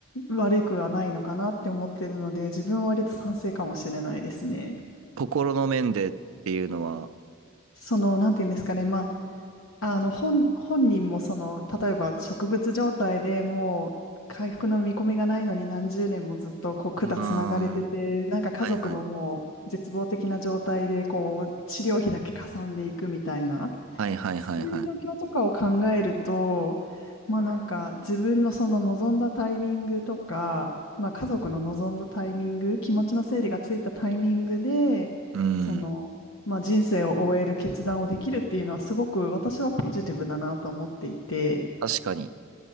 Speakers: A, on the left; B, on the right.
A: 悪くはないのかなって思ってるので、自分は割と賛成かもしれないですね。
B: 心の面でっていうのは、
A: その、なんていうんですかね、まあ、あの、本、本人もその、例えば植物状態でもう回復の見込みがないのに何十年もずっとこう管つながれてて、
B: ああ、
A: なんか家族ももう絶望的な状態でこう治療費だけかさんでいくみたいな。
B: はいはい。はいはいはいはい。
A: そういう状況とかを考えると、まあなんか自分のその望んだタイミングとか、まあ家族の望んだタイミング、気持ちの整理がついたタイミングで、
B: うん。
A: その、まあ人生を終える決断をできるっていうのはすごく私はポジティブだなと思っていて、
B: 確かに。